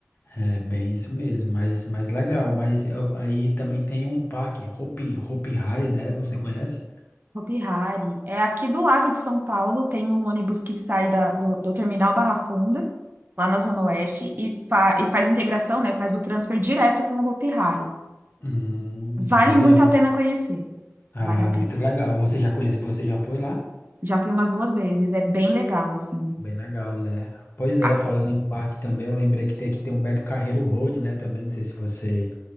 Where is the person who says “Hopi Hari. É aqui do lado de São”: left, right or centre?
Right